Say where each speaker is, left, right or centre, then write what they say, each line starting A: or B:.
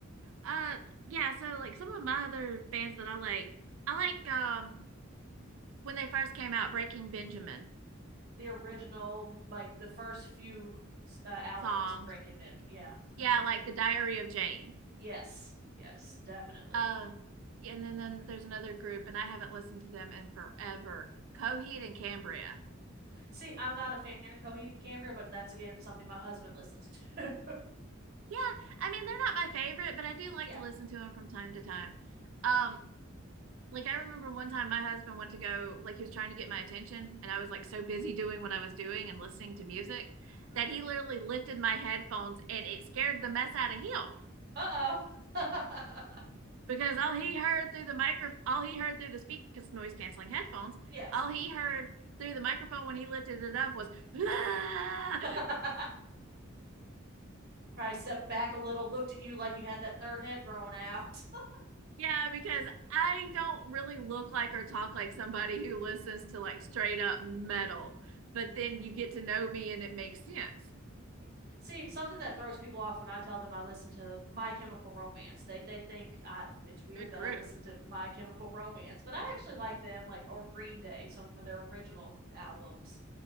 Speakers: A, on the right (about 75°); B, on the right (about 50°).
A: uh yeah so like some of my other bands that i like i like um when they first came out breaking benjamin
B: the original like the first few uh, albums
A: songs
B: of breaking mid yeah
A: yeah
B: mm-hmm.
A: like the diary of jane
B: Yes, yes, definitely.
A: Uh, yeah, and then, then there's another group, and I haven't listened to them in forever. Coheed and Cambria.
B: See, I'm not a fan of Coheed and Cambria, but that's again something my husband listens to.
A: Yeah, I mean they're not my favorite, but I do like
B: <laughs> yeah.
A: to listen to them from time to time. Um, like I remember one time my husband went to go, like he was trying to get my attention, and I was like so busy doing what I was doing and listening to music
B: Mm-hmm.
A: that he literally lifted my headphones, and it scared the mess out of him.
B: Uh oh. <laughs>
A: because all he heard through the micro all he heard through the speaker, because noise canceling headphones
B: yes.
A: all he heard through the microphone when he lifted it up was "Ah!"
B: <laughs> Probably stepped back a little, looked at you like you had that third head growing out. <laughs>
A: <laughs> yeah because i don't really look like or talk like somebody who listens to like straight up metal but then you get to know me and it makes sense
B: Yeah. See, something that throws people off when I tell them I listen to My Chemical Romance, they they think I, it's weird
A: good
B: that
A: group
B: I listen to My Chemical Romance, but I actually like them, like or Green Day, some of their original albums.